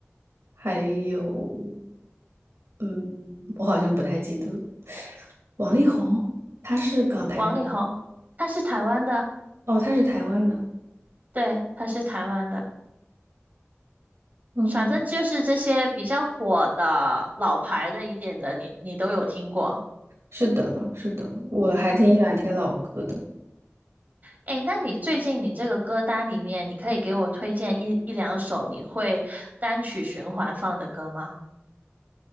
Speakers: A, on the right (about 85°); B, on the right (about 40°).
A: 还有，嗯，我好像不太记得了王力宏，他是港台吗，
B: 王力宏，他是台湾的，
A: 哦，他是台湾的。
B: 对，他是台湾的。
A: 嗯，
B: 反正就是这些比较火的、老牌的一点的，你你都有听过。
A: 是的，是的，我还挺喜欢听老歌的。
B: 嗯，诶，那你最近你这个歌单里面，你可以给我推荐一一两首你会单曲循环放的歌吗？